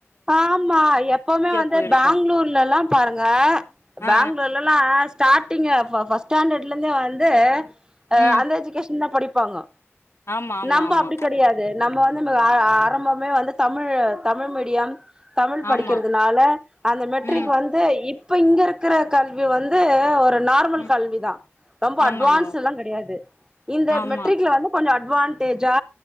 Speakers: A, on the right; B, on the left.
A: ஆமா எப்பவுமே வந்து
B: போயிருக்கு
A: பேங்ளூர்லல்லா பாருங்க
B: ஆ
A: பேங்ளூர்ல்லலா ஸ்டார்டிங்க பா ஃபர்ஸ்ட் ஸ்டாண்டர்ட்லருந்தே வந்து அ
B: ம்
A: அன் எஜுகேஷந்தா படிப் ப்பாங்கோ
B: ஆமா ஆமா
A: நம்ப
B: ஆமா
A: அப்டி கெடயாது நம்ம வந்து ஆ ஆரம்பமே வந்து தமிழ் தமிழ் மீடியம் தமிழ் படிக்கிறதுனால
B: ஆமா
A: அந்த மெட்ரிக்
B: ம்
A: வந்து இப் ப்ப இங்க இருக்கிற கல்வி வந்து ஒரு நார்மல்
B: ம்
A: கல்விதா ரொம்ப
B: ஆமாங்கோ
A: அட்வான்ஸெல்லா கெடயாது இந்த
B: ஆமா
A: மெட்ரிகல வந்து கொஞ்சொ அ ட்வான்டேஜா